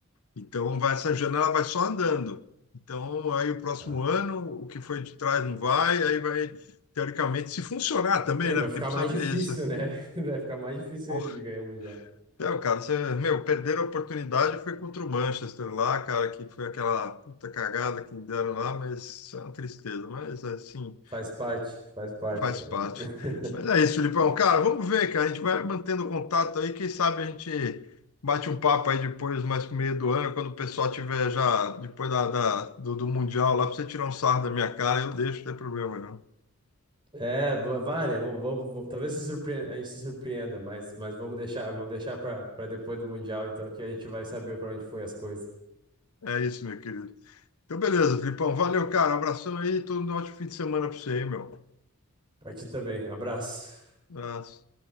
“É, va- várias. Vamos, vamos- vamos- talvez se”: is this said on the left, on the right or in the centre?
Right